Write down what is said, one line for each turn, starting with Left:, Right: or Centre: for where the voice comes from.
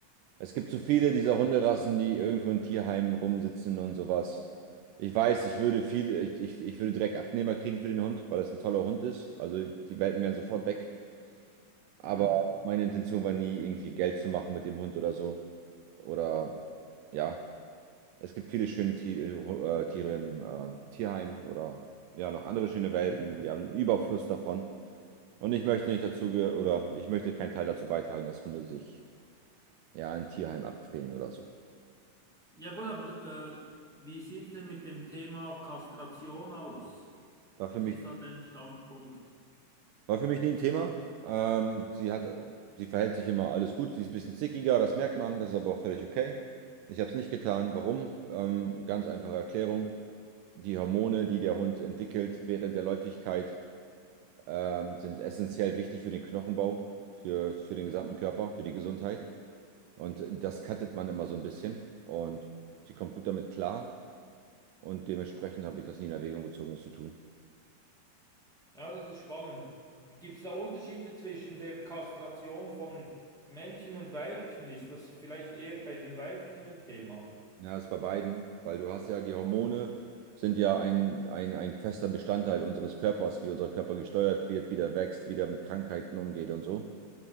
Right: es gibt so viele dieser Hunderassen, die irgendwo in Tierheimen rumsitzen und sowas. Ich weiß, ich würde viel, ich, ich, ich würde direkt Abnehmer kriegen für den Hund, weil das ein toller Hund ist. Also die Welpen wären sofort weg. Aber
Centre: Mhm.
Right: meine Intention war nie, irgendwie Geld zu machen mit dem Hund oder so. Oder ja, es gibt viele schöne Ti- äh, Hu- äh, Tiere im äh, Tierheim oder ja, noch andere schöne Welpen. Wir haben einen Überfluss davon. Und ich möchte nicht dazu ge- oder ich möchte keinen Teil dazu beitragen, dass Hunde sich ja in Tierheim abquälen oder so.
Centre: Ja gut, aber äh, wie sieht es denn mit dem Thema Kastration aus?
Right: War für
Centre: Was
Right: mich
Centre: ist da dein Standpunkt?
Right: War für mich nie ein Thema. Ähm, sie hat, sie verhält sich immer alles gut. Sie ist ein bisschen stickiger, das merkt man, das ist aber auch völlig okay. Ich habe es nicht getan. Warum? Ähm, ganz einfache Erklärung. Die Hormone, die der Hund entwickelt während der Läufigkeit, ähm, sind essentiell wichtig für den Knochenbau, für, für den gesamten Körper, für die Gesundheit. Und das cuttet man immer so ein bisschen. Und sie kommt gut damit klar. Und dementsprechend habe ich das nie in Erwägung gezogen, es zu tun.
Centre: Ja, das ist spannend. Gibt es da Unterschiede zwischen der Kastration von Männchen und Weibchen? Ist das vielleicht eher bei den Weibchen ein Thema?
Right: Ja, das ist bei beiden, weil du hast ja die Hormone sind ja ein, ein, ein fester Bestandteil unseres Körpers, wie unser Körper gesteuert wird, wie der wächst, wie der mit Krankheiten umgeht und so.